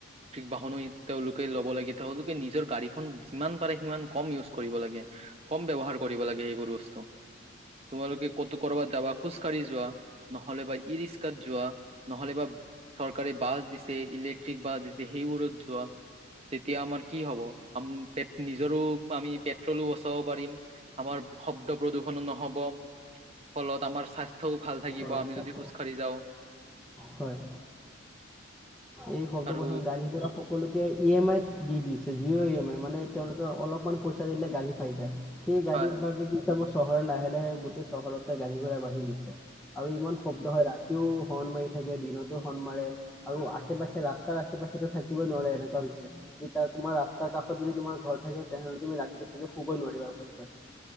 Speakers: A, on the right; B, in the centre.
A: বাহনো তেওঁলোকে ল'ব লাগে তেওঁলোকে নিজৰ গাড়ীখন যিমান পাৰে সিমান কম ইউজ কৰিব লাগে কম ব্য্য়ৱহাৰ কৰিব লাগে সেইবোৰ বস্তু তোমালোকে ক'তো কৰ'বাত যাবা খোজকাঢ়ি যোৱা নহলেবা ই ৰিক্সাত যোৱা নহলে বাা চৰকাৰে বাছ দিছে ইলেক্ট্ৰিক বাছ দিছে সেইবোৰত যোৱা তেতিয়া আমাৰ কি হ'ব আম নিজৰো আমি পেট্ৰলো বস্ত পাৰিম আমাৰ শব্দ প্ৰদূষনো নহব ফলত আমাৰ স্বাস্থ্যও ভাল থাকিব
B: হয়
A: আমি
B: তাকে।
A: যদি খোজ কাঢ়ি যাওঁ
B: হয় এই শব্দ
A: আৰু
B: প্ৰথত গাৰি পৰা সকলোকে ই এম আইত দি দিছে জিৰ' ই এম আই মানে তেওঁলোকে অলপমান পইচা দিলে গাড়ী পাই যায় সেই গাড়ীৰ
A: হয়
B: বাবে কিস চহৰ লাহে লাহে গোটেই চহৰতে গাড়ী ঘোৰা বাঢ়ি গৈছে আৰু ইমান শব্দ হয় ৰাতি ৰাতিও হৰ্ণ মাৰি থাকে দিনতো হৰ্ণ মাৰে আৰু আশ আশে পাশে ৰাস্তাৰ আশে পাশে থাকিবই নোৱাৰে এনেকুৱা হৈছে তোমাৰ ৰাস্তাৰ কাষত যদি তোমাৰ ঘৰ থাকে তেনেহলে তুমি ৰাতিটো চাগে শুবই নোৱাৰিবা ভালকৈ